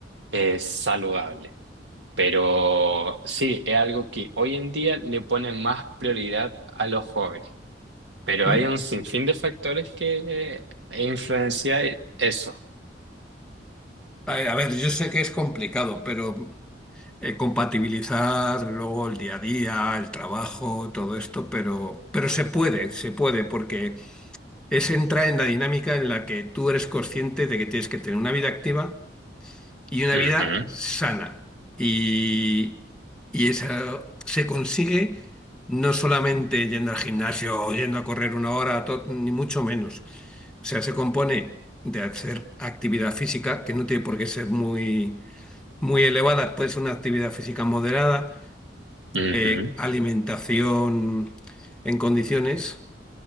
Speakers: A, on the right (about 70°); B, in the centre.
A: eh, saludable. Pero sí, es algo que hoy en día le ponen más prioridad a los jóvenes. Pero
B: Mm,
A: hay un sinfín de factores que eh, influencian eso.
B: A a ver, yo sé que es complicado, pero eh, compatibilizar luego el día a día, el trabajo, todo esto, pero, pero se puede, se puede, porque es entrar en la dinámica en la que tú eres consciente de que tienes que tener una vida activa y una
A: Ujú,
B: vida sana. Y, y esa se consigue no solamente yendo al gimnasio o yendo a correr una hora, to- ni mucho menos. O sea, se compone de hacer actividad física, que no tiene por qué ser muy, muy elevada, puede ser una actividad física moderada,
A: ujú.
B: eh, alimentación en condiciones